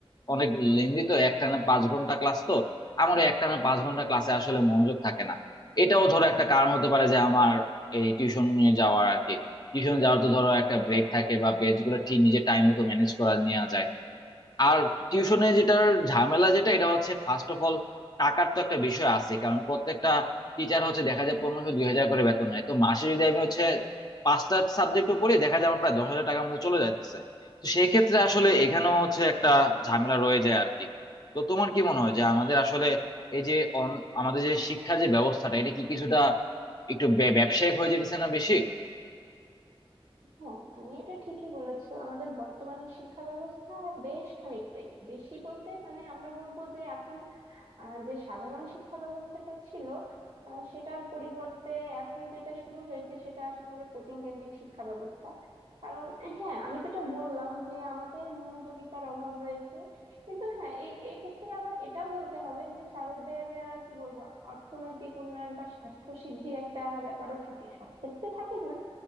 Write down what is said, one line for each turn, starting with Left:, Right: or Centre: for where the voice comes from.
Left: অনেক লেন্দি তো একটানা পাঁচ ঘন্টা ক্লাস তো আমার ওই একটানা পাঁচ ঘন্টা ক্লাসে আসলে মনোযোগ থাকে না এটাও ধরো একটা কারণ হতে পারে যে আমার এই টিউশন নিয়ে যাওয়ার আর কি টিউশন যাওয়ার তো ধরো একটা ব্রেক থাকে বা বেঞ্চ গুলো ঠিক নিজের টাইম মতো ম্যানেজ করা নেওয়া যায় আর টিউশনে যেটার ঝামেলা যেটা এটা হচ্ছে ফার্স্ট অফ অল টাকার তো একটা বিষয় আছে কারণ প্রত্যেকটা টিচার হচ্ছে দেখা যায় পনেরোশো দুই হাজার করে বেতন নেয় তো মাসে যদি আমি হচ্ছে পাঁচটা সাবজেক্ট পড়ি দেখা যায় আমার প্রায় দশ হাজার টাকার মতো চলে যাচ্ছে তো সেক্ষেত্রে আসলে এখানেও হচ্ছে একটা ঝামেলা রয়ে যায় আর কি তো তোমার কি মনে হয় যে আমাদের আসলে এই যে অন- আমাদের যে শিক্ষার যে ব্যবস্থাটা এটা কি কিছুটা একটু ব্য- ব্যবসায়িক হয়ে যেতেছে না বেশি
Right: হ্যাঁ তুমি এটা ঠিকই বলেছো আমাদের বর্তমানে শিক্ষা ব্যবস্থা বেশ খানিকটাই বেশি বলতে মানে আমরা বলবো যে এখন আহ, যে সাধারণ শিক্ষা ব্যবস্থাটা ছিল আহ, সেটার পরিবর্তে এখন যেটা শুরু হয়েছে সেটা আসলে কোচিং কেন্দ্রিক শিক্ষা ব্যবস্থা কারণ হ্যাঁ আমি যেটা বললাম যে আমাদের মনোযোগিতার অভাব রয়েছে কিন্তু হ্যাঁ এই এক্ষেত্রে আবার এটাও বলতে হবে যে স্যারেদের আহ, কি বলবো অর্থনৈতিক উন্নয়ন বা স্বার্থ সিদ্ধির একটা ব্যাপারও থাকে সব ক্ষেত্রে থাকে না